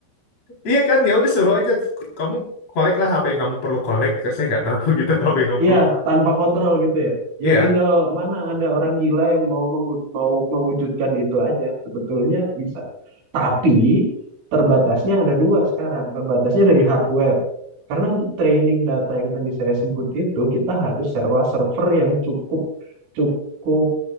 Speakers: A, on the left; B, on the right.
A: Iya kan ya udah suruh aja kamu kolek lah apa yang kamu perlu kolek saya nggak tahu <laughs> gitu apa yang kamu
B: Iya,
A: perlu kolek
B: tanpa kontrol gitu ya. Ya
A: iya
B: tinggal mana ada orang gila yang mau menggu- mau mewujudkan itu aja. Sebetulnya bisa. Tapi terbatasnya ada dua sekarang. Terbatasnya dari hardware. Karena untuk training data yang tadi saya sebut itu kita harus sewa server yang cukup cukup